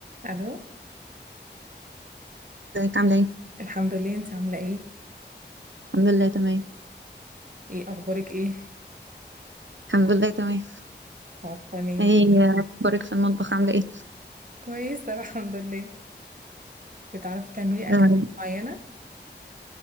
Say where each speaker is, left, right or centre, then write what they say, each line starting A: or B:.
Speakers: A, on the right; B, on the right.
A: الو
B: ازيك عاملة ايه؟
A: الحمد لله انت عامله ايه
B: الحمد لله تمام
A: ايه اخبارك ايه
B: الحمد لله تمام
A: طب تمام
B: ايه اخبارك في المطبخ عاملة ايه؟
A: كويسه الحمد لله بتعرفي تعملي اكلات
B: اه
A: معينه